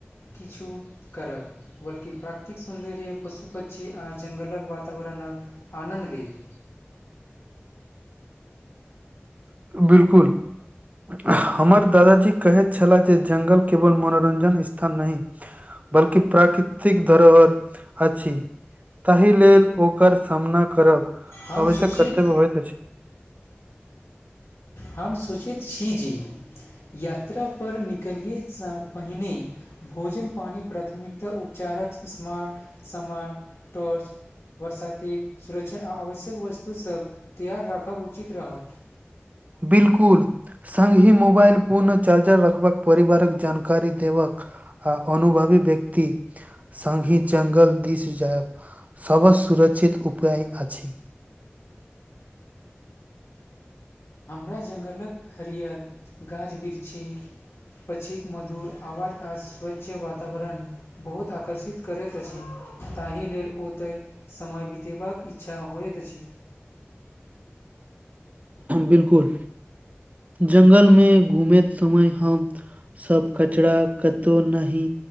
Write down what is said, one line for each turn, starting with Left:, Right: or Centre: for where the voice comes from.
Left: किछु करब बल्कि प्राकृतिक सौन्दर्य पशु पक्षी आ जंगलक वातावरणक आनन्द लेब
Right: बिलकुल हमर दादाजी कहैत छलाह जे जंगल केवल मनोरंजन स्थान नहि बल्कि प्राकृतिक धरोहर अछि ताहि लेल ओकर सामना करब
Left: हम
Right: अवश्यक
Left: सोचैत
Right: कर्तव्य होइत अछि
Left: हम सोचैत छी जे यात्रापर निकलियैसँ पहिने भोजन पानि प्राथमिकता उपचारक स्मार्ट सामान टॉर्च बरसातिक सुरक्षा आ आवश्यक वस्तुसभ तैयार राखब उचित रहत
Right: बिल्कुल संग ही मोबाइल पुर्ण चार्ज रखबाक परिवारक जानकारी देबाक आ अनुभवी व्यक्ति संग ही जंगल दिस जायब सभसँ सुरक्षित उपाय अछि
Left: हमरा जंगलक हरियर गाछ वृक्षी पछीक मधुर आवज आ स्वच्छ वातावरण बहुत आकर्षित करैत अछि ताहि लेल ओतय समय बितेबाक इच्छा होइत अछि
Right: बिलकुल जंगल मे घुमेैत समय हम सब कचरा कतौ नहि